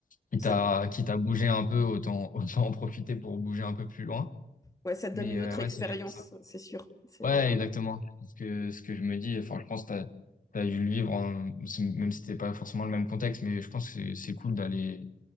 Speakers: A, on the left (about 55°); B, on the left (about 20°).
A: Quitte
B: ça,
A: à quitte à bouger un peu, autant <laughs> autant en profiter pour bouger un peu plus loin.
B: ouais, ça te
A: Mais
B: donne une
A: euh,
B: autre
A: ouais,
B: expérience,
A: c'est ça.
B: c'est sûr. C'est,
A: Ouais,
B: euh,
A: exactement. Ce que, ce que je me dis, enfin, je pense que t'as, t'as dû le vivre, en- c'est- même si c'était pas forcément le même contexte, mais je pense que c'est c'est cool d'aller